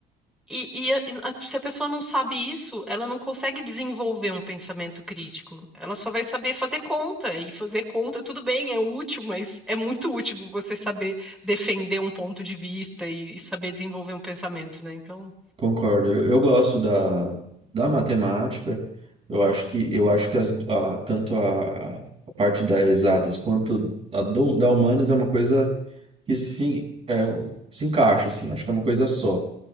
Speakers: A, in the centre; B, on the right (about 35°).
A: E, e a- e a- se a pessoa não sabe isso, ela não consegue desenvolver um pensamento crítico. Ela só vai saber fazer conta. E fazer conta, tudo bem, é útil, mas é muito útil você saber defender um ponto de vista e, e saber desenvolver um pensamento, né? Então,
B: Concordo. Eu, eu gosto da, da matemática. Eu acho que eu acho que as, a- tanto a, a parte da exatas quanto a do- da humanas é uma coisa que se, é, se encaixa assim. Acho que é uma coisa só.